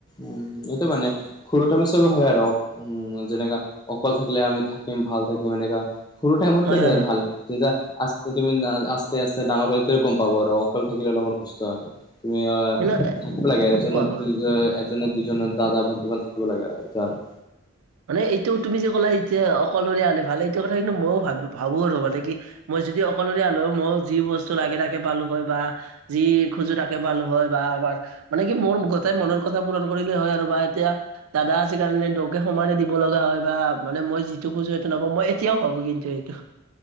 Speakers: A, on the left; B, on the right.
A: উম, এইটো মানে সৰু তমে চব হয় আৰু উম যেনেকা অকল থাকিলে আমি থাকিম ভাল থাকিম এনেকা সৰু টাইমততো
B: হয়
A: দে
B: হয় হয়।
A: ভালে। তেতিয়া আস্তে তুমি আস্তে আস্তে ডাঙৰ হৈলে ত গম পাব আৰু অকলে থাকিলে অলপমান কষ্ট হয়। তুমি অ
B: ন
A: থাকিব লাগে এজনত
B: কোৱা কোৱা
A: ও অ দুজনৰ দাদা ভণ্টি বান থাকিব লাগে আও জানো।
B: মানে এইটো তুমি যে ক'লা এতিয়া অকলশৰীয়া হলে ভালে, এইটো কথা কিন্তু মইও ভাবো ভাবো আৰু মানে কি মই যদি অকলশৰীয়া হলোঁ হয় মই যি বস্তু লাগে তালে পালো হয় বা যি খোজো তাকে পালো হয় বা আমাৰ মানে কি মোৰ সদাই মনৰ কথা পূৰণ কৰিলে হয় আৰু বা এতিয়া দাদা আছে কাৰণে দুয়োকে সমানে দিব লগা হয় বা মানে মই যিটো খুজো সেইটো নাপওঁ মই এতিয়াও ভাবো কিন্তু সেইটো।